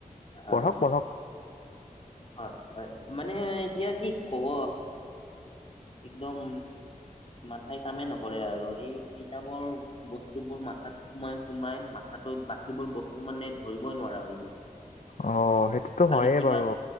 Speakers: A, on the left; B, on the left.
A: হয়।
B: পঢ়ক, পঢ়ক।
A: হয়, হয়, মানে এতিয়া কি কব একদম মাথাই কামেই নকৰে আৰু এই কিতাপৰ বস্তুবোৰ মাথাত সোমাই, সোমাই, মাথাটো সেইবোৰ বস্তু মানে ধৰিবই, নোৱাৰা হৈ গৈছে।
B: অ, সেইটোতো
A: খালি
B: হয়ে
A: কিবা
B: বাৰু।